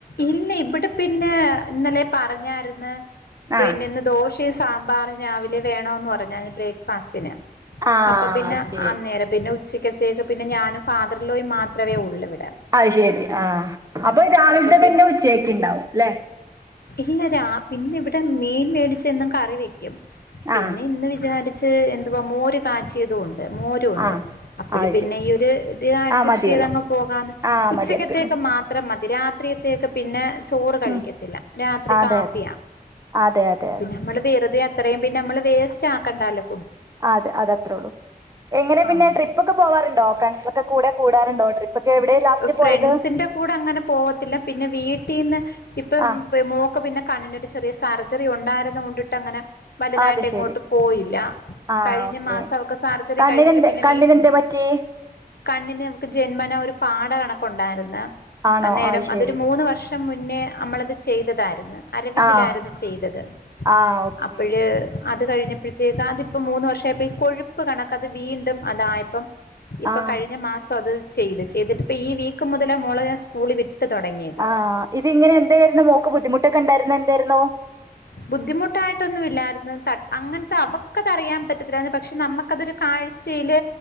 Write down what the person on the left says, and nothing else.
ഇല്ല ഇവിടെ പിന്നെ ഇന്നലേ പറഞ്ഞാര്ന്ന് പിന്നെ
ഇന്ന് ദോശേം സാമ്പാറും രാവിലെ വേണോന്ന് പറഞ്ഞാരുന്ന് ബ്രേക്ക്ഫാസ്റ്റിന്
അപ്പ പിന്നെ
അന്നേരം പിന്നെ ഉച്ചക്കത്തേക്ക് പിന്നെ ഞാനും ഫാദർലോയും മാത്രമേ ഉള്ളുവിടെ
പി
ഇല്ല രാ പിന്നെ ഇവിടെ മീൻ മേടിച്ചെന്നുംും കറി വെക്കും പിന്നെ
ഇന്ന് വിചാരിച്ച് എദുവാ മോര് കാിയതണ്ട് മോര് പ്പു ണ്ട്
അപ്പോഴ
പിന്നെ
ഈ ഒരു ഇത് അഡ്ജസ്റ്റ്
ചെയ്തങ്ങ് പോകാന്ന്
ഉച്ചക്കത്തക്ക
മാത്ര അത്ര മധരാത്രിയത്തേക്ക പിന്നെ ചോറ് കഴിക്കത്തില്ല
രാത്രി
കാപ്പിയ
പിന്നെ നമ്മള് വെറുതെ അത്രയും പിന്നെ നമ്മള് വേസ്റ്റ് ആക്കണ്ടല്ലോ
ആഹ്
ഫ്രണ്ട്സിന്റെ
കൂടെ അങ്ങനെ പോകത്തില്ല പിന്നെ വീട്ടിൽന്ന് ഇപ്പം
മൂൾക്ക് പിന്നെ കണ്ണിട്ട് ചെറിയ സർജറി ഉണ്ടായിരുന്നുക കൊണ്ടിട്ട് അങ്ങനെ വലുതായിട്ട്
എങ്ങോട്ട്
പോയില്ല
കഴിഞ്ഞ
മാസം അവക്കെ സർജറി
കഴിഞ്ഞിട്ട് പിന്നെ
വീ
കണ്ണിന് നമുക്ക് ജന്മന ഒരു പാട കണക്ക ഉണ്ടായിരുന്ന
അന്നേരം
അതൊരു മൂന്ന് വർഷം പക്ഷം മുന്നേ നമ്മളത് ചെയ്തതായിരുന്നു. അരവിന്ദിലായിരുന്നു
ചെയ്തത്
അപ്പോഴ് അത് കഴിഞ്ഞപ്പോഴത്തേക്ക് അതിപ്പോ മൂന്ന് വർഷമായപ്പോ ഈ കൊഴുപ്പ് കണക്ക അത് വീണ്ടും അതായപ്പം ഇപ്പൊ
കഴിഞ്ഞ മാസം അത് ചെയ്ത് ചെയ്തിട്ട ഇപ്പൊ ഈ വീക്ക് മുതലാ മോളെ ഞാൻ സ്കൂള വിട്ട് തുടങ്ങിയത്
ബുദ്ധിമുട്ടായിട്ടൊന്നും ഇല്ലായിരുന്നു അങ്ങനത്തെ അവക്കത് അറിയാൻ പറ്റത്തില്ലരുന്നു പക്ഷെ നമുക്കതൊരു കാഴ്ച